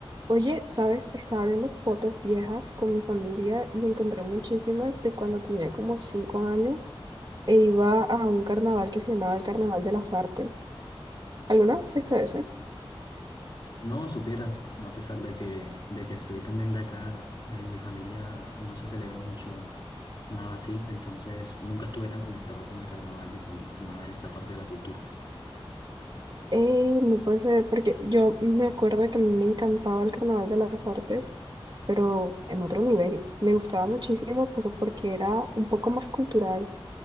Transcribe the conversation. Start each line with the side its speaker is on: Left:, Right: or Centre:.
Right: Oye, ¿sabes? Estaba viendo fotos viejas con mi familia y encontré muchísimas de cuando tenía como cinco años e iba a un carnaval que se llamaba el Carnaval de las Artes. ¿Alguna vez fuiste a ese?
Left: No, supieras, a pesar de que, de que soy también de acá, en mi familia no se celebra mucho nada así, entonces nunca estuve tan conectado con el carnaval ni con nada de esa parte de la cultura.
Right: Ey, no puede ser, porque yo me acuerdo que a mí me encantaba el Carnaval de las Artes, pero en otro nivel. Me gustaba muchísimo, pero porque era un poco más cultural